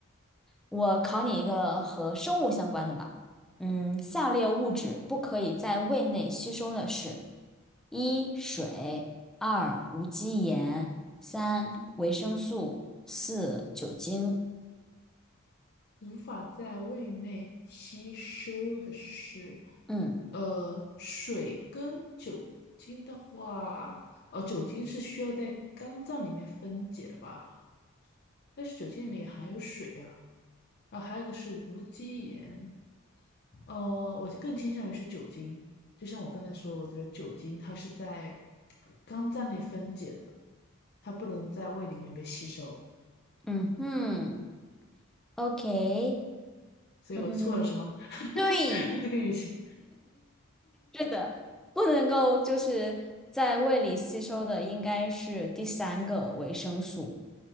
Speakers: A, in the centre; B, on the left (about 55°).
A: 我考你一个和生物相关的吧。嗯，下列物质不可以在胃内吸收的是：一、水；二、无机盐；三、维生素；四、酒精。
B: 无法在胃内吸收的是，
A: 嗯
B: 呃，水跟酒精的话，哦，酒精是需要在肝脏里面分解的吧？但是酒精里面也含有水啊。然后还有一个是无机盐，呃，我更倾向于是酒精。就像我刚才说的，我觉得酒精它是在肝脏内分解的，它不能在胃里面被吸收。
A: 嗯嗯，OK，
B: 所以我错了什么？
A: 嗯，对，
B: <laughs> 这个语气
A: 是的，不能够就是在胃里吸收的应该是第三个维生素。